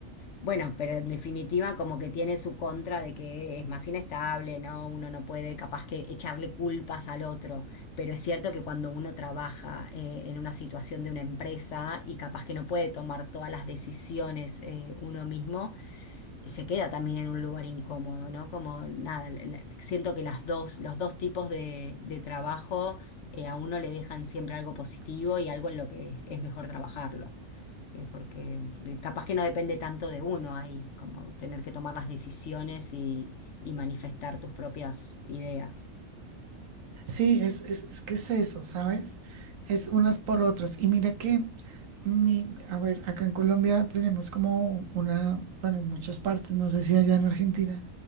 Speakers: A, on the left; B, on the right.
A: bueno, pero en definitiva como que tiene su contra de que es más inestable, ¿no? Uno no puede capaz que echarle culpas al otro, pero es cierto que cuando uno trabaja eh, en una situación de una empresa y capaz que no puede tomar todas las decisiones eh, uno mismo, se queda también en un lugar incómodo, ¿no? Como nada, la- la- siento que las dos, los dos tipos de, de trabajo eh, a uno le dejan siempre algo positivo y algo en lo que es es mejor trabajarlo eh, porque eh, capaz que no depende tanto de uno ahí, como tener que tomar las decisiones y, y manifestar tus propias ideas.
B: Sí, es, es, es que es eso, ¿sabes? Es unas por otras. Y mira que, mi, a ver, acá en Colombia tenemos como una, bueno, en muchas partes, no sé si allá en Argentina,